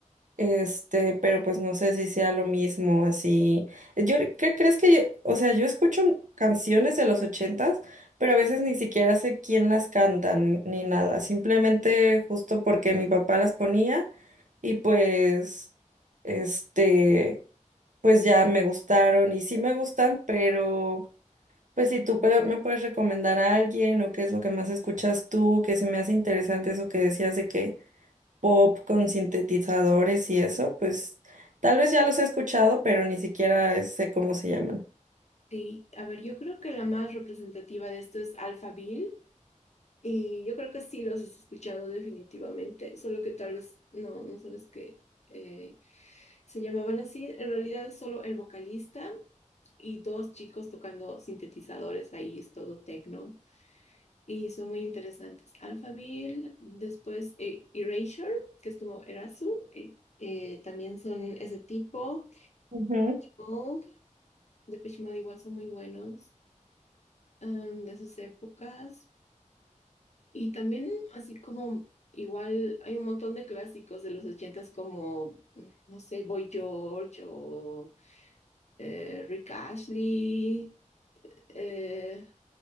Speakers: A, on the right (about 70°); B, on the left (about 60°).
A: este, pero pues no sé si sea lo mismo, así. Yo, ¿qué crees que yo, o sea, yo escucho canciones de los ochentas, pero a veces ni siquiera sé quién las canta ni, ni nada. Simplemente justo porque mi papá las ponía y pues, este, pues ya me gustaron y sí me gustan, pero pues si tú pe- me puedes recomendar a alguien o qué es lo que más escuchas tú, que se me hace interesante eso que decías de que pop con sintetizadores y eso, pues tal vez ya los he escuchado, pero ni siquiera sé cómo se llaman.
B: Sí, a ver, yo creo que la más representativa de esto es Alphaville. Y yo creo que sí los has escuchado definitivamente. Solo que tal vez no, no sabes que eh, se llamaban así. En realidad es solo el vocalista y dos chicos tocando sintetizadores ahí, es todo techno. Y son muy interesantes. Alphaville, después eh, Erasure, que es como Erasu, eh, eh, también son ese tipo.
A: Ujú.
B: Mode, Depeche Mode igual son muy buenos am, de esas épocas. Y también así como igual hay un montón de clásicos de los ochentas como, mm, no sé, Boy George o eh, Rick Ashley, eh,